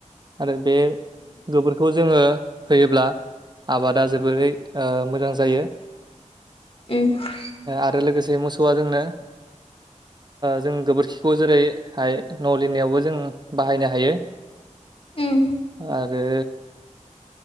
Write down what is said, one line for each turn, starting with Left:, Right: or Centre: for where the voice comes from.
Right: आरो बे गोबोरखौ जोङो होयोब्ला आबादा जोबोरै मोजां जायो
Left: उ ओ
Right: आरो लोगोसे मोसौआ जोंनो। जों गोबोरखिखौ जेरैाय न' लिरनायावबो जों बाहायनो हायो
Left: उम
Right: आरो